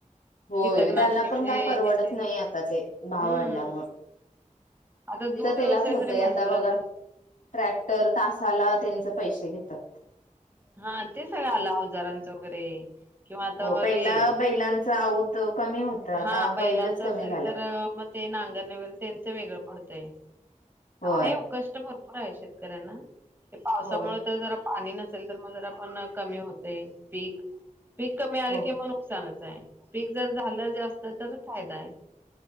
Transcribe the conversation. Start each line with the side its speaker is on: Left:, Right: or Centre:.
Left: होय
Right: कीटकनाशके
Left: त्यांना
Right: म्हणजे
Left: पण काही परवडत
Right: हे ते
Left: नाही आता ते भाव
Right: हम्म
Left: वाढला मुळं
Right: आता दूध
Left: त्यालाच
Right: व्यवसाय
Left: होतय
Right: जरी म्हंटलं
Left: आता बघा
Right: तर
Left: ट्रॅक्टर तासाला त्यांच पैशे ते घेतात
Right: हा ते सगळं आलं अवजारांचं वगैरे किंवा आता
Left: हो पहिला
Right: हे
Left: बैलांच आऊत कमी होत आता
Right: हा बैलांच
Left: बैलच
Right: असेल
Left: कमी झाल्यात.
Right: तर मग ते नांगरणेवर त्यांच वेगळं पडतय
Left: होय
Right: आहे उकष् आहे शेतकऱ्यांना ते पावसामुळे
Left: होय
Right: तर जरा पाणी न जंतर-मंतरला पण कमी होत ये पिक पीक कमी आले
Left: हो
Right: किंवा नुकसानच नाय पिक जर झालंच असत तर फायदा आहे